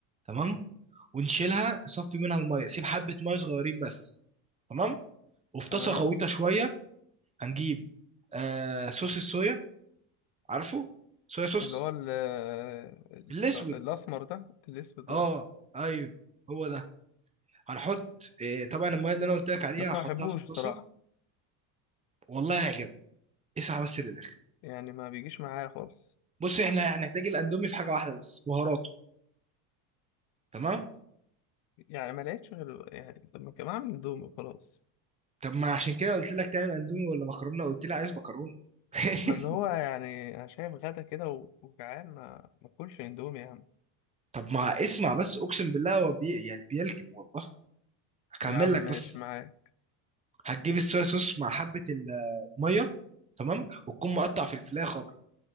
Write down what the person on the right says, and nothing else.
تمام ونشيلها نصفي منها الميه سيب حبه ميه صغيرين بس تمام وفي طاسه
غويطه شويه هنجيب آه صوص الصويا عارفه صويا صوص
الاسود
اه ايوه هو ده هنحط إيه طبعا الميه اللي انا قلت لك عليها
هحطها
في الطاسه
والله هيعجبك اسعى بس للاخر
بص احنا هنحتاج الاندومي في حاجه واحده بس بهاراته تمام
طب ما عشان كده قلت لك تعمل اندومي ولا مكرونه قلت لي عايز مكرونه <laughs>
طب ما اسمع بس اقسم بالله هو بي يعني بيلكم والله هكمل
لك بس
هتجيب الصويا صوص مع حبه الميه تمام وتكون مقطع فلفلايه خضراء